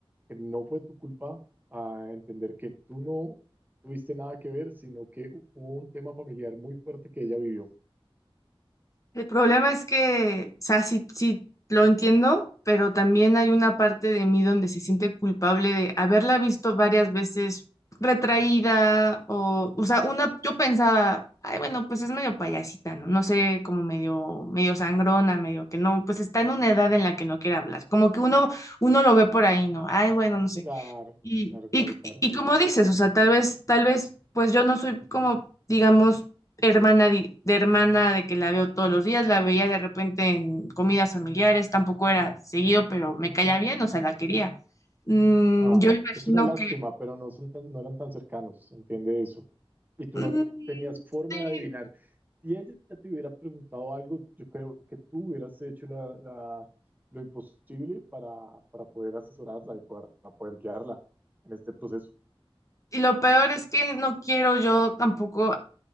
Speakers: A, on the right (about 20°); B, on the left (about 35°).
A: que no fue tu culpa a entender que tú no tuviste nada que ver, sino que hubo un tema familiar muy fuerte que ella vivió.
B: El problema es que, o sea, sí, sí lo entiendo, pero también hay una parte de mí donde se siente culpable de haberla visto varias veces retraída o, o sea, una, yo pensaba, ay, bueno, pues es medio payasita, ¿no? No sé, como medio, medio sangrona, medio que no, pues está en una edad en la que no quiere hablar. Como que uno, uno lo ve por ahí, ¿no? Ay, bueno, no sé.
A: Claro,
B: Y,
A: claro,
B: y,
A: claro.
B: y como dices, o sea, tal vez, tal vez, pues yo no soy como, digamos, hermana di- de, hermana de que la veo todos los días, la veía de repente en comidas familiares, tampoco era seguido, pero me caía bien, o sea, la quería. Mm,
A: Ah,
B: yo imagino
A: es una lástima,
B: que...
A: pero no, son tan- no eran tan cercanos, entiende eso. Y tú
B: mm,
A: no tenías forma
B: sí,
A: de adivinar. Si ella te hubiera preguntado algo, yo creo que tú hubieras hecho la, la- lo imposible para, para poder asesorarla y poder, para poder guiarla en este proceso.
B: y lo peor es que no quiero yo tampoco